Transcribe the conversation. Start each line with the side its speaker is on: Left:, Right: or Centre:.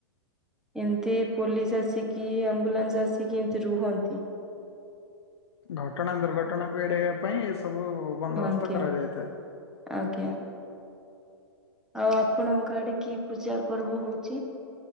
Centre: ଏମିତି ପୋଲିସ ଆସିକି, ଆମ୍ବୁଲାନ୍ସ ଆସିକି ଏମିତି ରୁହନ୍ତି।
Left: ଘଟଣା, ଦୁର୍ଘଟଣାକୁ ଏଡ଼ାଇବା ପାଇଁ ଏସବୁ ବନ୍ଦୋବସ୍ତ
Centre: ଆଜ୍ଞା
Left: କରାଯାଇଥାଏ।
Centre: ଆଜ୍ଞା। ଆଉ ଆପଣଙ୍କ ଆଡ଼େ କି ପୂଜା ପର୍ବ ହଉଛି?